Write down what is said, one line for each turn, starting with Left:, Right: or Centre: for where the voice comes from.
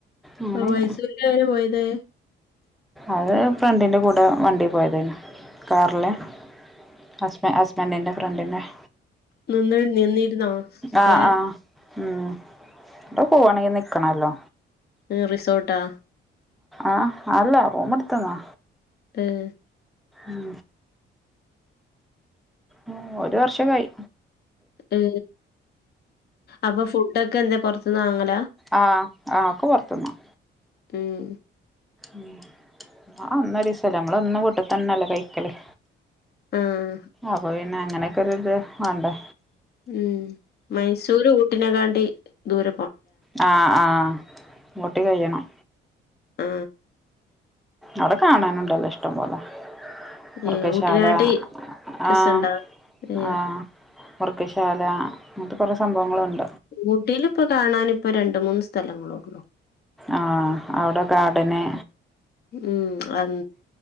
Centre: അങ്ങനെല്ല
Left: ആ മൈസൂര്ക്കങ്ങനെ പോയത്- തേ
Centre: അത് ഫ്രണ്ടിന്റെ കൂടെ വണ്ടി പോയതേനി കാർല്- ഹസ്ബെ ഹസ്ബന്റിൻ്റെ ഫ്രണ്ട്ന്നെ-
Left: നിന്നി നിന്നിരുന്നോ സ്റ്റാൻ-
Centre: ആഹ് ആഹ് ഉം പ്പപോവാണെ നി ക്കണല്ലോ
Left: റിസോട്ടാ-
Centre: ആഹ് അല്ല റൂമ്ട്ത്തതാ
Left: ഏഹ്
Centre: ഉം ഉം ഒരു വർഷൊകിയി
Left: ഏ അപ്പൊ ഫുഡ ഒക്കെ എന്താ പൊർത്ത്- ത്ത്ന്ന് വാങ്ങ
Centre: ആഹ് ആഹ് ഒക്കെ പൊർത്ത്ന്ന-
Left: ഏഹ്
Centre: ഉം ആ അന്നൊരീസല്ലെ നമ്മള് എന്നും വീട്ട്തന്നെല്ലെ കൈക്കല്-
Left: ആഹ്
Centre: അപ്പ പി പിന്നെ അങ്ങനെയൊക്കെ ഒരുത് വാണ്ടേ
Left: മ്മ് മൈസൂര് ഊട്ടിനെകാണ് ട്ടി ദൂര
Centre: ആ ആ മട്ടിക ചെയ്യണം
Left: ആ
Centre: അവിട കാണാനുണ്ടല്ലോ ഇഷ്ടം പോലെ മൃഗശാല
Left: ഏ ഊട്ടിനാട്ടി രസണ്ട
Centre: ആഹ്
Left: ഏ
Centre: ആഹ് മൃഗശാല അങ്ങനത്തെ കുറെ സംഭവങ്ങളുണ്ട്
Left: ഊട്ടിയില് ഇപ്പ കാണാന് ഇപ്പ രണ്ട് മൂന്ന് സ് തലങ്ങളോള്ളൂ
Centre: ആ അവിട കാടന്നെ
Left: ഉം അ